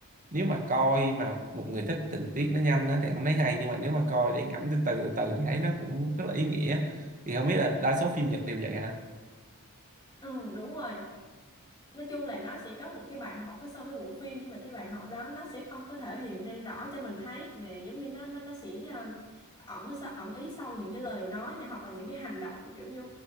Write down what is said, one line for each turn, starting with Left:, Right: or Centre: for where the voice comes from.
Right: nếu mà coi mà một người thích tình tiết nó nhanh á thì không thấy hay nhưng mà nếu mà coi để ngẫm từ từ từ thì thấy nó cũng rất là ý nghĩa thì không biết là đa số phim Nhật đều vậy hả
Left: ừ đúng rồi nói chung là nó sẽ có một cái bài học phía sau cái bộ phim nhưng mà cái bài học đó nó sẽ không có thể hiện ra rõ cho mình thấy mà giống như nó nó nó sẽ um, ẩn sau- ẩn ý sau những cái lời nói này hoặc là những cái hành động kiểu như